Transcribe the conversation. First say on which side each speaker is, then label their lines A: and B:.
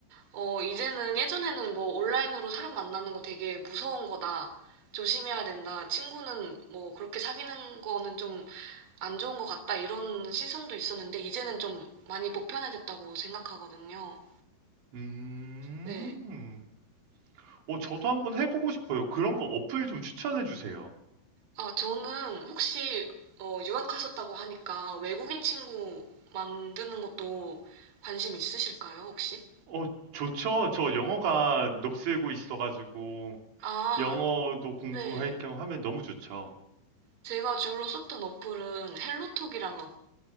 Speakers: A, on the right; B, on the right.
A: 어, 이제는 예전에는 뭐 온라인으로 사람 만나는 거 되게 무서운 거다. 조심해야 된다. 친구는 뭐 그렇게 사귀는 거는 좀 안 좋은 것 같다 이런 시선도 있었는데 이제는 좀 많이 보편화됐다고 생각하거든요.
B: 음,
A: 네.
B: 어, 저도 한번 해보고 싶어요. 그런 거 어플 좀 추천해 주세요.
A: 아, 저는 혹시 어, 유학하셨다고 하니까 외국인 친구 만드는 것도 관심 있으실까요, 혹시?
B: 어, 좋죠. 저 영어가 녹슬고 있어가지고
A: 아,
B: 영어도 공부할
A: 네.
B: 겸 하면 너무 좋죠.
A: 제가 주로 썼던 어플은 헬로톡이라는